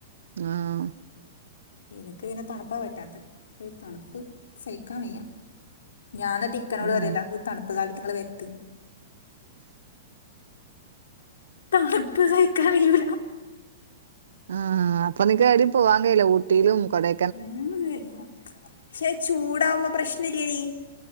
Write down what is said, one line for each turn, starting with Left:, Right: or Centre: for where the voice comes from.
Right: ആഹ്
Left: എനക്ക് ഇന്നേ തണുപ്പാ പറ്റാത്ത ഒരു തണുപ്പ് സഹിക്കാൻ വയ്യ ഞാൻ ന്ന്ട് ഇക്കനോട് പറയല്
Right: ആ
Left: തണുപ്പ് കാലി നിങ്ങള് വക്ക് തണുപ്പ് സഹിക്കാൻ കഴിയൂല്ല
Right: ആഹ്അപ്പൊ നിക്കാരും പോകാൻ കയില്ല ഊട്ടിലും കൊടെ
Left: മൂന്നുപേര് ക്ഷെ ചൂടാവുമ്പോ പ്രശ്ന ഇല്ലീ